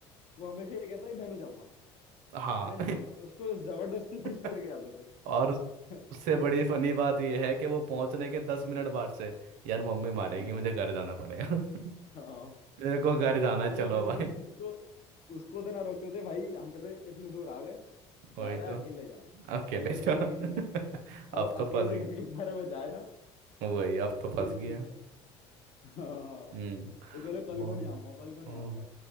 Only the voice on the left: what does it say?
वो हमेशा ये कहता है मैं नहीं जाऊंगा
मैं नहीं जाऊंगा उसको जबरदस्ती खींच
के लेके जाते
थे
<laughs>
हाँ
हाँ
वो
फिर
भी उसको उसको तो ना रोकते थे भाई हम कहते इतने दूर आ गए
जा
रहा
है अकेले जा
हम तेरे
को लेके नहीं जाएंगे अब
वो
अकेले
<laughs> डर के मारे वो जाए ना
यही सीन
हाँ
वो कह रहे कल
को नहीं आऊंगा कल को नहीं
आऊंगा